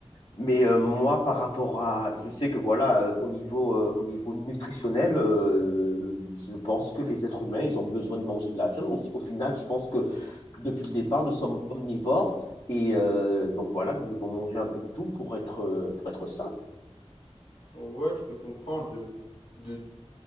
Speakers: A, on the left; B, on the left.
A: Mais euh, moi, par rapport à, je sais que voilà, euh, au niveau, euh, au niveau nutritionnel, euh, je pense que les êtres humains, ils ont besoin de manger de la viande. Au, au final, je pense que depuis le départ, nous sommes omnivores et euh, donc voilà, nous devons manger un peu de tout pour être, euh, pour être sains.
B: Ouais, je te comprends de de